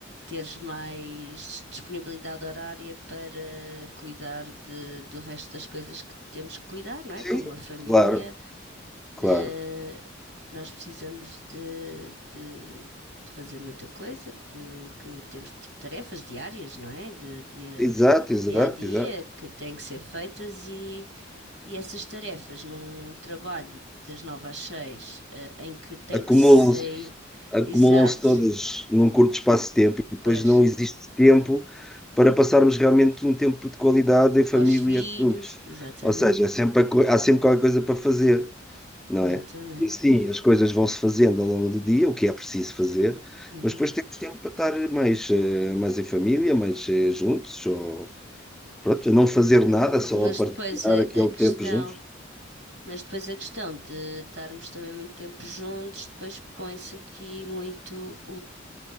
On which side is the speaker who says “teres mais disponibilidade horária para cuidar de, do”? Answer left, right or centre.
Right